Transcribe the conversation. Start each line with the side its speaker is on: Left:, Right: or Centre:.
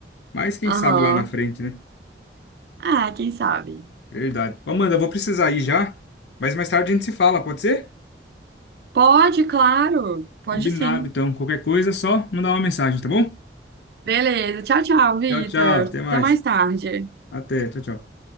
Left: Mas quem
Right: Aham.
Left: sabe lá na frente, né?
Right: Ah, quem sabe?
Left: Verdade. Ô, Amanda, eu vou precisar ir já, mas mais tarde a gente se fala, pode ser?
Right: Pode, claro. Pode
Left: Combinado,
Right: sim.
Left: então. Qualquer coisa, é só mandar uma mensagem, tá bom?
Right: Beleza. Tchau, tchau, Vitor.
Left: Tchau, tchau. Até mais.
Right: Até mais tarde.
Left: Até. Tchau, tchau.